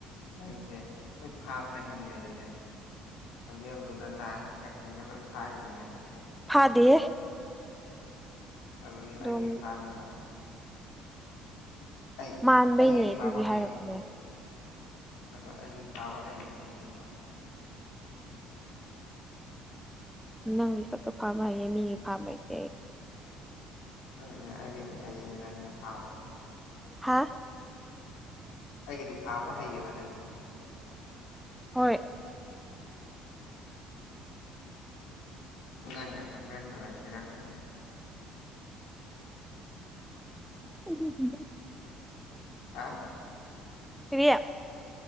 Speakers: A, on the left (about 80°); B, in the centre.
A: ꯅꯪꯁꯦ ꯂꯣꯏ ꯐꯥꯞꯄꯅꯤꯅꯦ ꯑꯗꯨꯗꯤ ꯈꯣꯟꯖꯦꯜꯗꯨꯗ ꯂꯥꯁ ꯁꯀꯦꯟꯒ ꯂꯣꯏ ꯐꯥꯔꯤꯅꯦ ꯑꯗꯨꯗꯤ
B: ꯐꯥꯗꯦ
A: ꯑꯗꯨꯗꯤ
B: ꯑꯗꯨꯝ
A: ꯑꯩꯒꯤ ꯐꯥꯔꯤꯕ ꯑꯩ
B: ꯃꯥꯟꯕꯩꯅꯦ
A: ꯑꯩꯒꯤ ꯐꯥꯕ
B: ꯑꯗꯨꯒꯤ
A: ꯍꯩꯔꯤ
B: ꯍꯥꯏꯔꯛꯄꯅꯦ
A: ꯑꯗꯨꯒ ꯑꯩꯒꯤ ꯐꯥꯕ ꯍꯩꯁꯤꯅ
B: ꯅꯪꯒꯤ ꯈꯛꯇ ꯐꯥꯔꯝ ꯍꯩꯌꯦ ꯃꯤꯒꯤ ꯐꯥꯔꯝ ꯍꯥꯏꯁꯦ ꯑꯩ
A: ꯑꯗꯨꯅꯦ ꯑꯩꯒꯤꯗꯤ ꯍꯩꯌꯦ ꯅꯪꯁꯦ ꯐꯥꯕ
B: ꯍꯥꯥ
A: ꯑꯩꯒꯤꯗꯤ ꯐꯥꯕ ꯍꯩꯑꯕ ꯅꯪꯁꯦ
B: ꯍꯣꯏ
A: ꯅꯪ ꯈꯪꯦꯁ ꯂ ꯁꯤꯔ ꯈꯪꯒꯦ
B: ꯎ
A: ꯑ
B: ꯀꯔꯤꯌꯥ